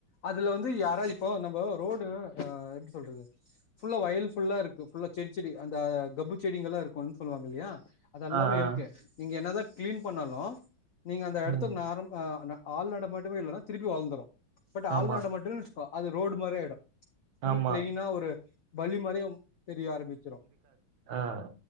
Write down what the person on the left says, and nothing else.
அதுல வந்து யாரா இப்போ நம்ம ரோடுஹ எப்டி சொல்றது புல்ல வயிறுபுல்லா இருக்கு புல்ல சிரி சிரி அந்த கப்பு செடி எல்லாம் இருக்கும்ணும்னு சொல்லுவாங்க இல்லையா அதல்லாமே
இருக்கு நீங்க என்னதான் கிளீன் பண்ணாலும் நீங்க அந்த இடத்துக்கு
ஆரம்ப ஆரம ஆள்நாட மாட்டமே இல்லன திருப்பி வளந்திடும் பட் ஆள்நட
மாட்டமே ஹ அது ரோடு மாரி ஆயுடும் ஃபூல்
பிளைய்னா ஒரு பல்லி மறியே தெரிய ஆரம்பிச்சிரோ